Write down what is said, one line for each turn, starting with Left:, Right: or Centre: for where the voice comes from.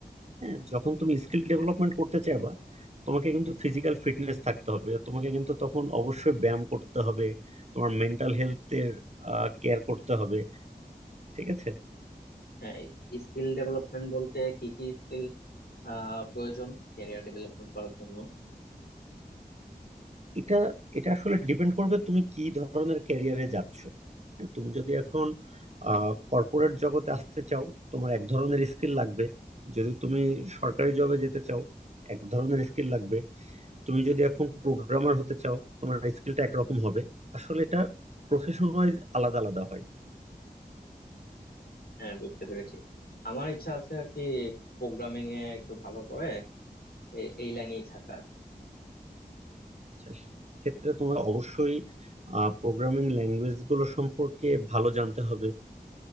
Right: হ্যাঁ যখন তুমি স্কিল ডেভেলপমেন্ট করতে চাইবা তোমাকে কিন্তু ফিজিক্যাল ফিটনেস থাকতে হবে তোমাকে কিন্তু তখন অবশ্যই ব্যায়াম করতে হবে তোমার মেন্টাল হেলথের কেয়ার করতে হবে ঠিক আছে
Left: হ্যাঁ স্কিল ডেভেলপমেন্ট বলতে কি কি স্কিল আহ প্রয়োজন ক্যারিয়ার ডেভেলপমেন্ট করার জন্য
Right: এটা এটা আসলে ডিপেন্ড করবে তুমি কি ধরনের ক্যারিয়ারে যাচ্ছ হ্যাঁ, তুমি যদি এখন কর্পোরেট জগতে আসতে চাও তোমার এক ধরনের স্কিল লাগবে যদি তুমি সরকারি জবে যেতে চাও এক ধরনের স্কিল লাগবে তুমি যদি এখন প্রোগ্রামার হতে চাও তোমার স্কিলটা একরকম হবে আসলে এটা প্রফেশন ওয়াইজ আলাদা আলাদা হয়
Left: হ্যাঁ বুঝতে পেরেছি আমার ইচ্ছা আছে আর কি প্রোগ্রামিং এ একটু ভালো করে এ- এই লাইনেই থাকার
Right: আচ্ছা ক্ষেত্রে তোমার অবশ্যই প্রোগ্রামিং ল্যাঙ্গুয়েজ গুলো সম্পর্কে ভালো জানতে হবে